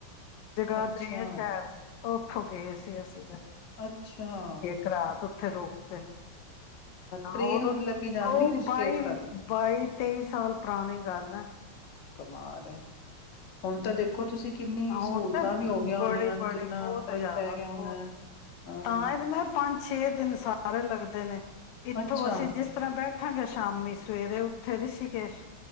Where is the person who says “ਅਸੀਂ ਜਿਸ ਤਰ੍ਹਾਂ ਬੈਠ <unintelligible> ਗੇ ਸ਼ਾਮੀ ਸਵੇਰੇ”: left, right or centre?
Left